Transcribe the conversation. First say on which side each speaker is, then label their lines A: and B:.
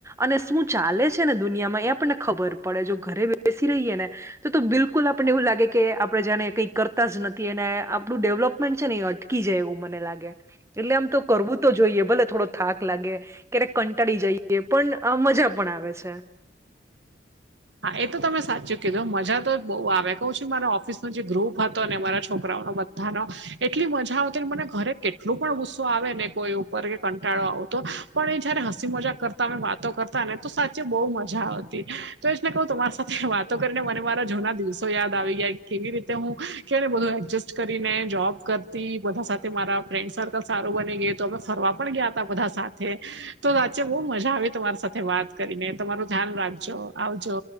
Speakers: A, on the right; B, on the right.
A: અને શું ચાલે છે ને દુનિયામાં એ આપણને ખબર પડે. જો ઘરે બેસી રહીએ ને તો તો બિલકુલ આપણને એવું લાગે કે આપણે જાને કંઈ કરતા જ નથી અને આપણું ડેવલપમેન્ટ છે ને અટકી જાય એવું મને લાગે એટલે આમ તો કરવું તો જોઈએ ભલે થોડો થાક લાગે. ક્યારેક કંટાળી જઈએ પણ મજા પણ આવે છે.
B: હા એ તો તમે સાચું કીધૂ મજા તો બો આવે કવ છું કે મારા ઓફિસનો જે ગ્રુપ હતો ને મારા છોકરાઓનો હા ના એટલી મજા આવતીને મને ઘરે કેટલુ પણ ગુસ્સો આવે ને કોઈ ઉપર કે કંટાળો આવતો પણ એ જયારે હસી મજાક કરતા અમે વાતો કરતા ને તો સાચે બો મજા આવતી. તે જ ને કહું તમારી સાથે વાતો કરીને મને મારા જૂના દિવસો યાદ આવી ગયા. કેવી રીતે હું કે ને બધું એડજસ્ટ કરીને, જોબ કરતી બધા સાથે મારા ફ્રેન્ડ સર્કલ સારું બની ગયુ. તો અમે ફરવા પણ ગીયા તા બધા સાથે. તો વાચે બો મજા આવી તમારી સાથે વાત કરીને તમારું ધ્યાન રાખજો આવજો.